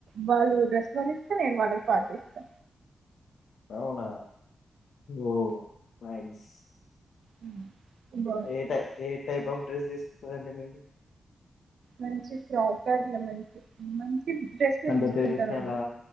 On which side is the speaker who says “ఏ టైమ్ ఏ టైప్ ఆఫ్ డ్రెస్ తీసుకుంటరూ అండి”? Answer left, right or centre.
Left